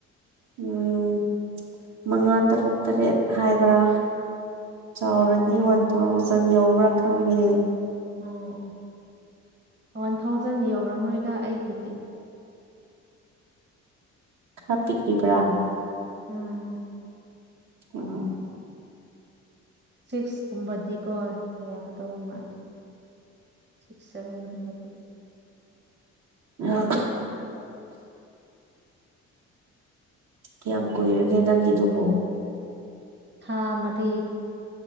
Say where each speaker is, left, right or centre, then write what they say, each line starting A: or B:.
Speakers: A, on the right; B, on the right.
A: ꯎꯝ ꯃꯉꯥ ꯇꯔꯨꯛ ꯇꯔꯦꯠ ꯍꯥꯏꯕ꯭ꯔꯥ ꯆꯥꯎꯔꯗꯤ
B: ꯑꯣ
A: ꯋꯥꯟ ꯊꯥꯎꯖꯟ ꯌꯎꯧꯕ꯭ꯔꯥ ꯈꯪꯗꯦ
B: ꯑꯣ ꯋꯥꯟ ꯊꯥꯎꯖꯟ ꯌꯧꯔꯝꯃꯣꯏꯗ ꯑꯩꯒꯤꯗꯤ
A: ꯍꯥꯄꯤꯤ ꯀ꯭ꯔꯤꯕ꯭ꯔꯥ
B: ꯎꯝ
A: ꯑꯣ
B: ꯁꯤꯛꯁꯀꯨꯝꯕꯗꯤꯀꯣ ꯌꯥꯒꯗꯧꯕ ꯃꯥꯜꯂ ꯁꯤꯛꯁ ꯁꯚꯦꯟꯒꯨꯝꯕ
A: ꯎ
B: <unintelligible>
A: ꯀꯌꯥꯝ ꯀꯨꯏꯔꯒꯦ ꯅꯪꯒꯤꯗꯨꯕꯨꯣ
B: ꯊꯥꯃꯗꯤ